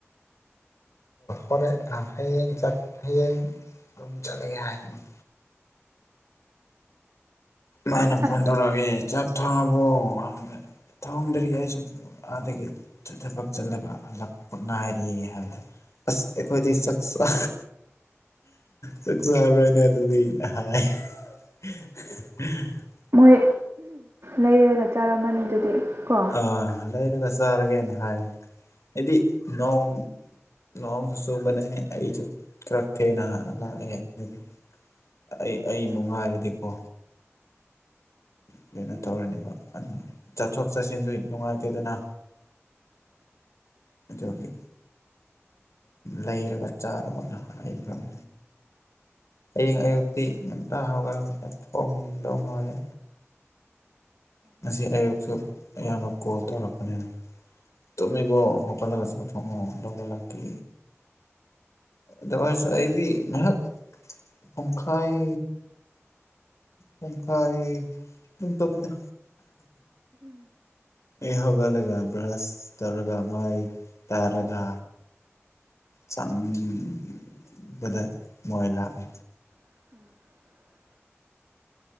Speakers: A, on the left (about 85°); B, on the right (about 60°).
A: ꯍꯣꯔꯦꯟ ꯍꯌꯦꯡ ꯆꯠ ꯍꯌꯦꯡ ꯆꯠꯂꯒꯦ ꯍꯥꯏ ꯃꯣꯏ ꯃꯥꯅ ꯐꯣꯟ
B: ꯑꯗꯨꯗꯤ
A: ꯇꯧꯔꯛꯑꯦ ꯆꯥꯛ ꯊꯣꯡꯉꯕꯣꯗ ꯊꯣꯡꯗ꯭ꯔꯤ ꯑꯩꯁꯨ ꯑꯗꯒꯤ ꯊꯕꯛ ꯆꯠꯂꯒ ꯍꯂꯛꯄ ꯉꯥꯏꯔꯤ ꯍꯥꯏꯕꯗ ꯑꯁ ꯑꯩꯈꯣꯏꯗꯤ ꯆꯥꯛꯆꯥ ꯆꯥꯛ ꯆꯥꯕ꯭ꯔꯅ ꯑꯗꯨꯗꯤ ꯑꯩꯅ ꯍꯥꯏ ꯑꯍꯍ
B: ꯃꯣꯏ ꯂꯩꯔꯒ ꯆꯥꯔꯝꯃꯅꯤ ꯑꯗꯨꯗꯤ ꯀꯣ
A: ꯑ ꯂꯩꯔꯒ ꯆꯥ ꯆꯥꯔꯒꯦꯅ ꯍꯥꯏꯅꯦ ꯍꯥꯏꯗꯤ ꯅꯣꯡ ꯅꯣꯡꯁꯨ ꯆꯨꯕꯅꯦ ꯑꯩꯁꯨ ꯈꯔ ꯊꯦꯡꯅ ꯂꯥꯛꯑꯦ ꯍꯥꯏꯗꯤ ꯑꯩ ꯑꯩꯕꯨ ꯉꯥꯏꯔꯗꯤꯀꯣ ꯎ ꯀꯩꯅꯣ ꯇꯧꯔꯅꯤꯕ ꯑꯗꯨ ꯆꯠꯊꯣꯛ ꯆꯠꯁꯤꯟꯁꯨ ꯅꯨꯡꯉꯥꯏꯇꯦꯗꯅ ꯑꯗꯨꯒꯤ ꯂꯩꯔꯒ ꯆꯥꯔꯣꯅ ꯍꯥꯏꯈ꯭ꯔꯕ ꯍꯌꯦꯡ ꯑꯌꯨꯛꯇꯤ ꯉꯟꯇꯥ ꯍꯧꯒꯠꯂꯒ ꯊꯣꯡꯗꯧ ꯃꯥꯜꯂꯦ ꯉꯁꯤ ꯑꯌꯨꯛꯁꯨ ꯑꯌꯥꯝꯕ ꯀꯣꯜ ꯇꯧꯔꯛꯄꯅꯦ ꯇꯨꯝꯃꯤꯕꯣ ꯍꯧꯒꯠꯂꯒ ꯆꯥꯛ ꯊꯣꯡꯉꯣ ꯂꯧꯕ ꯂꯥꯛꯈꯤ ꯑꯗꯨ ꯑꯣꯏꯔꯁꯨ ꯑꯩꯗꯤ ꯉꯥꯏꯍꯥꯛ ꯄꯨꯡꯈꯥꯏ ꯄꯨꯡꯈꯥꯏ ꯁꯨꯝ ꯇꯨꯝꯃꯤꯗ ꯑꯩ ꯍꯧꯒꯠꯂꯒ ꯕ꯭ꯔꯁ ꯇꯧꯔꯒ ꯃꯥꯏ ꯇꯥꯔꯒ ꯆꯪꯕꯗ ꯃꯣꯏ ꯂꯥꯛꯏ
B: <inaudible>